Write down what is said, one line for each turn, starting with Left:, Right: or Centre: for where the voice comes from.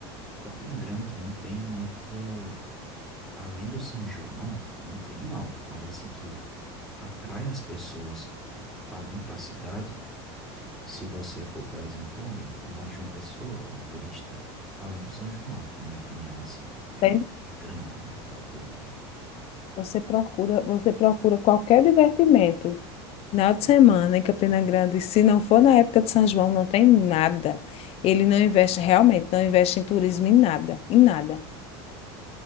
Centre: Campina Grande não tem muito. Além do São João, não tem algo, algo assim que atrai as pessoas a vir para a cidade Se você for, por exemplo, alguém que mora em João Pessoa, ou um turista, além do São João, na minha opinião, assim, é
Left: Tem-
Centre: que que é grande, né, para o povo vir.
Left: Você procura, você procura qualquer divertimento. Final de semana em Campina Grande, se não for na época de São João, não tem nada. Ele não investe, realmente, não investe em turismo em nada, em nada.